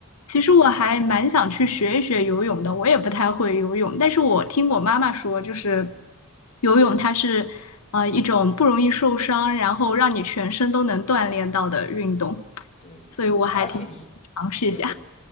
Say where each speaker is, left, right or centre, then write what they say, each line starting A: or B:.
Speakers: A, on the left (about 80°); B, on the left (about 30°).
A: 其实我还蛮想去学一学游泳的，
B: 对
A: 我也不太会游泳，但是我听我妈妈说，就是游泳它是呃一种不容易受伤，然后让你全身都能锻炼到的运动，
B: 对，
A: 所以我还挺想尝试一下。
B: 而且一嗯对，